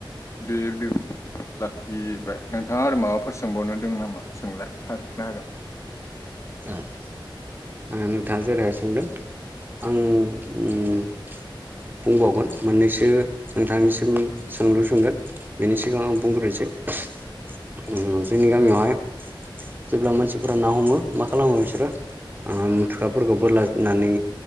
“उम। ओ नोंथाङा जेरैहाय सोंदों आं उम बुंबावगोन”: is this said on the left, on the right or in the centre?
Right